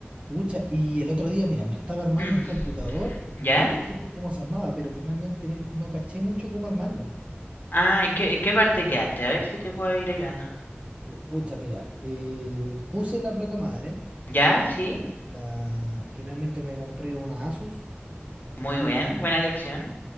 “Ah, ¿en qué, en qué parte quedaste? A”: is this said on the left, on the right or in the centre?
Left